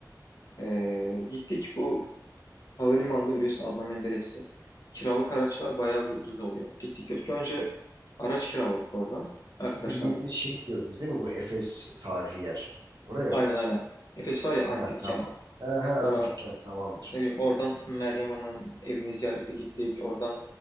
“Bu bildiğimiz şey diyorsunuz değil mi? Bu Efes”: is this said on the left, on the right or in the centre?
Right